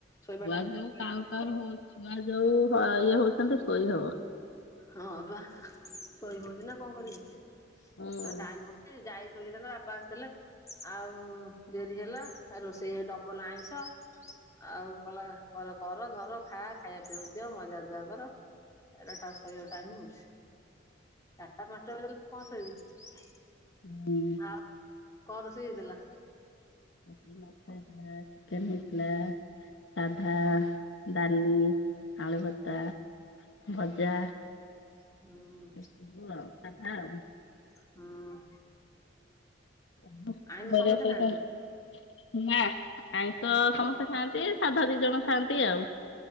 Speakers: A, on the left; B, on the left.
A: ଶୋଇବା
B: ଛୁଆ
A: ଟାଇମ
B: ଯୋଉ
A: <unintelligible>
B: କାଉ କାଉ ହଉ ଛୁଆ ଯୋଉ ଇଏ ହଉଚନ୍ତି ଶୋଇ ହବ।
A: ହଁ ବା ଶୋଇ ହଉଚି ନା କଣ କରିହୋଉଚି।
B: ହୁଁ
A: ଟାଇମ ହେଉନି ଯାଇ ସୋଇହେଇଥାନ୍ତା ବାପା ଆସିଥିଲେ ଆଉ ଡେରି ହେଲା ଆ ରୋଷେଇ ଡବଲ ଆଇଁଷ। ଆଉ କଲା କର କର ଧର ଖା ଖାଇବା ପିଇବାକୁ ଦିଅ ମଜା ଧୁଆ କର। ଶୋଇବାକୁ ଟାଇମ ହଉଚି ଚାରିଟା ପାଞ୍ଚଟା ବଲେ କଣ ଶୋଇବୁ?
B: ହୁଁ।
A: ଆଉ କଣ ରୋଷେଇ ହେଇଥିଲା?
B: <unintelligible> ଚିକେନ ହେଇଥିଲା। ସାଧା ଡାଲି ଆଳୁଭତା। ଭଜା
A: ହୁଁ
B: ଏସବୁ ଆଉ ସାଧା ଆଉ।
A: ହୁଁ।
B: <unintelligible>
A: ଆଇଁଷ ସମସ୍ତେ ଖାଆନ୍ତି?
B: ନା ଆଇଁଷ ସମସ୍ତେ ଖାଆନ୍ତି ସାଧା ଦି ଜଣ ଖାଆନ୍ତି ଆଉ।